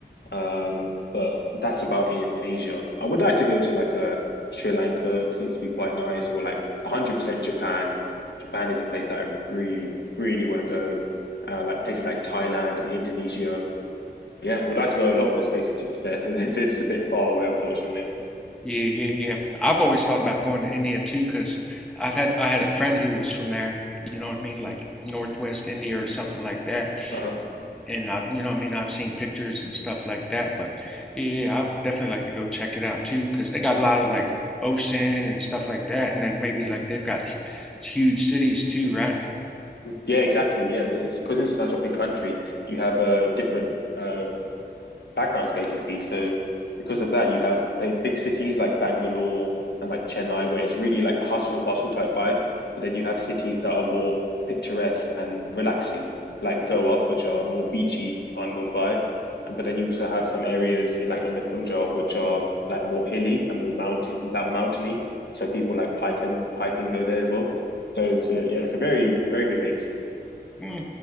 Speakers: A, on the left; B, in the centre.
A: um, but that's about in Asia. I would like to go to like a Sri Lanka. It seems to be quite nice, or like 100% Japan. Japan is a place that I really, really want to go. Uh, like places like Thailand and Indonesia. Yeah, I would like to go a lot of those places. To be fair, <laughs> they're just a bit far away, unfortunately.
B: Yeah, yeah, yeah. I've always thought about going to India too, because 'cause I've had I had a friend who was from there, you know what I mean, like Northwest India or something like that.
A: Uh-huh.
B: and I, you know, I mean, I've seen pictures and stuff like that, but yeah, I definitely like to go check it out too, because they got a lot of like ocean and stuff like that, and then maybe like they've got huge cities too, right?
A: Yeah, exactly. Yeah, it's because it's such a big country. You have uh, different uh, backgrounds basically. So because of that, you have like, big cities like Bangalore and like Chennai, where it's really like a hustle and bustle type vibe. But then you have cities that are more picturesque and relaxing, like Goa, which are more beachy, on Mumbai. And but then you also have some areas in like in the Punjab, which are like more hilly and more mountain than mountainy. So people like hiking hiking go there as well. So it's a, yeah, it's a very very good mix.
B: hmm